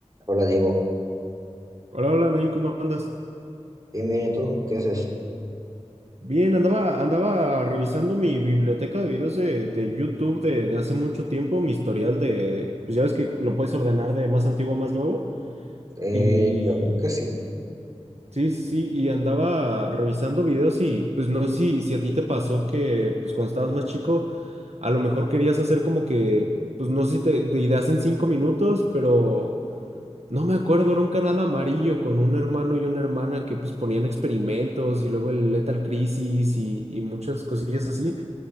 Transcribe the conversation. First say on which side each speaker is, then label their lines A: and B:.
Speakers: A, on the right; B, on the right.
A: Hola Diego,
B: Hola, hola, Nain, ¿cómo andas?
A: bien, bien, ¿y tú? ¿Qué haces?
B: Bien, andaba, andaba revisando mi biblioteca de videos de, de YouTube de, de hace mucho tiempo, mi historial de, pues ya ves que lo puedes ordenar de más antiguo a más nuevo.
A: Eh,
B: Y
A: creo que sí.
B: sí, sí, sí, y andaba revisando videos y pues no sé si, si a ti te pasó que pues cuando estabas más chico, a lo mejor querías hacer como que, pues no sé si te, de ideas en cinco minutos, pero... No me acuerdo, era un canal amarillo con un hermano y una hermana que pues ponían experimentos y luego el Lethal Crisis y, y muchas cosillas así